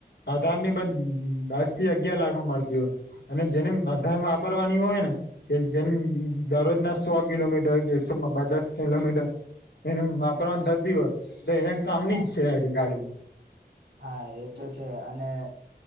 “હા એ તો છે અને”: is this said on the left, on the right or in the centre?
Right